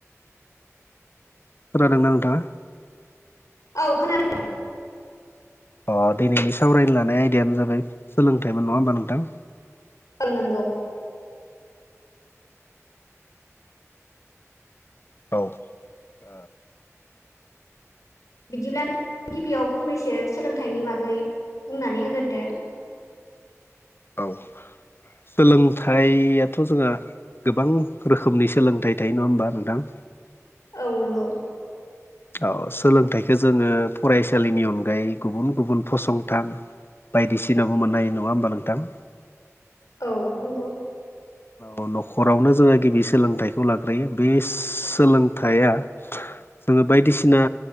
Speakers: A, on the left; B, on the left.
A: खोनादों ना नोंथाङा?
B: औ खोनादों।
A: अ दिनैनि सावरायनो लानाय आयदायानो जाबाय सोलोंथाइमोन नङा होमबा नोंथां?
B: ओं नोंगौ।
A: औ। ओ
B: बिदिब्ला गिबियाव फंनैसो सोलोंथाइनि बागै बुंनानै होगोरदो।
A: औ। सोलोंथाइयाथ' जोंहा गोबां रोखोमनि सोलोंथाइ थायो नङा होमबा नोंथां?
B: औ नंगौ।
A: औ सोलोंथाइखौ जोङो फरायसालिनि अनगायै गुबुन गुबुन फसंथान बायदिसिनायावबो मोननो हायो नङा होमबा नोंथां?
B: औ नंगौ।
A: औ न'खरावनो जोङो गिबि सोलोंथाइखौ लाग्रोयो बि सोलोंथाइया जोङो बायदिसिना